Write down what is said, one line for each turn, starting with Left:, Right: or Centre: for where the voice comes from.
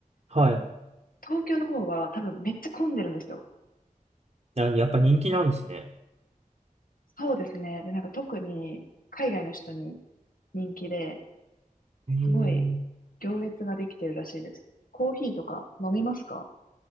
Right: はい。
Left: 東京の方は多分めっちゃ混んでるんですよ。
Right: あ、やっぱ人気なんですね。
Left: そうですね。で、なんか特に海外の人に人気で、
Right: へえ。
Left: すごい行列ができてるらしいです。コーヒーとか飲みますか